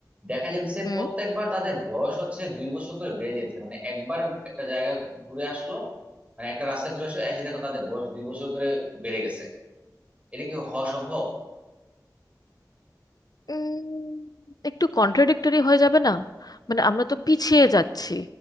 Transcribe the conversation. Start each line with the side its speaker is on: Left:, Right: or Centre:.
Right: দেখা যেতেছে
Left: হুম
Right: প্রত্যেকবার তাদের বয়স হচ্ছে দুই বছর করে বেড়ে যেতেছে মানে একবার একটা জায়গা ঘুরে আসলো মানে একটা রাস্তা ঘুরে আসলো এসে দেখো তাদের বয়স দুই বছর করে বেড়ে গেছে এটা কি হওয়া সম্ভব
Left: উম, একটু কন্ট্রাডিক্টরি হয়ে যাবে না মানে আমরা তো পিছিয়ে যাচ্ছি